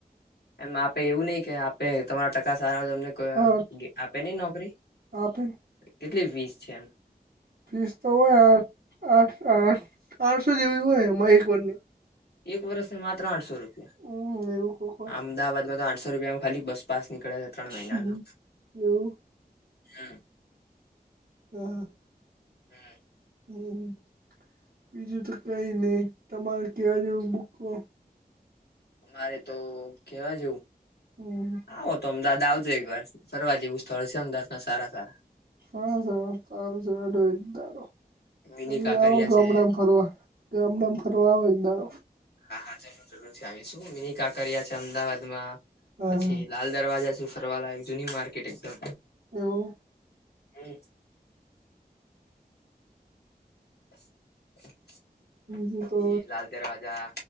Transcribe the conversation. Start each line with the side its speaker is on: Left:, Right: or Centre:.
Left: એમ આપે એવું નઈ કે આપે તમારા ટકા સારા હોય તો તમને ક
Right: હા
Left: કે આપે નઈ નોકરી
Right: આપે
Left: કેટલી ફિસ છે, એમ
Right: ફીસ તો હોય આઠ આઠ આઠ આઠસો જેવી હોય એમાં એક વરની
Left: એક વરસને માત્ર આઠસો રૂપિયા
Right: હમ એવું કોક હોય
Left: અમદાવાદમાં તો આઠસો રૂપિયામા ખાલી બસપાસ નીકળે હે ત્રણ મહિનાનો
Right: હમ, એવું
Left: હુ
Right: હ
Left: હું
Right: હમ બીજું તો કઈ નઇ તમારે કેવા જેવુ બુકો
Left: મારે તો કેવા જેવુ
Right: <unintelligible>
Left: આવો તો અમદાવાદ આવજે એક વાર ફરવા જેવું સ્થળ સે અમદાવાદ ના સારા સારા
Right: હા હા ત
Left: મિની
Right: તમેય
Left: કાંકરિયા
Right: આવો ગામડામાં
Left: છે
Right: ફરવા ગામડામાં ફરવા આવો એક દાડો
Left: હા હા જરૂર જરૂર થી આવીશું મિની કાકરિયા છે અમદાવાદમાં
Right: હા
Left: પછી.
Right: હા
Left: લાલ દરવાજા છે ફરવા લાયક જૂની માર્કેટ એકદમ
Right: એવું
Left: હું <inaudible>
Right: હ
Left: પછી
Right: તો
Left: લાલ દરવાજા